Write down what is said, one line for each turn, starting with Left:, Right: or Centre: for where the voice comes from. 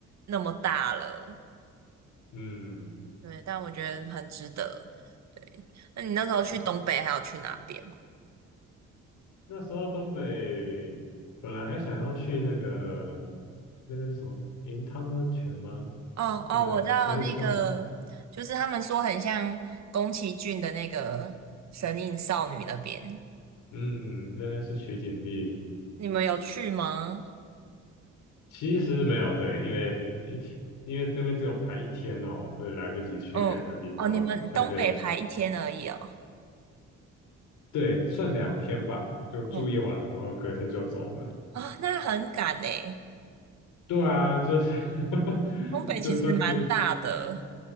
Right: 那么大了。
Left: 嗯，
Right: 对，但我觉得很值得。对，那你那时候去东北还有去哪边？
Left: 对，
Right: 吗？
Left: 那时候东北本来还想要去那个那个是什么银汤温泉吗？
Right: 哦哦，
Left: 那个所以上，
Right: 我知道那个，就是他们说很像宫崎骏的那个《神隐少女》那边，
Left: 嗯，那边是取景地，
Right: 你们有去吗？
Left: 其实没有，对，因为一天，因为那边只有排一天哦，所以来不及去两个地方，
Right: 嗯，哦，你们东北排一天而已哦。
Left: 太累了。对，算两天吧，就住一晚，
Right: 嗯，
Left: 然后隔天就走了。
Right: 啊、那很赶诶，
Left: 对啊，就是 <laughs>
Right: 东北其实蛮大的
Left: 就算就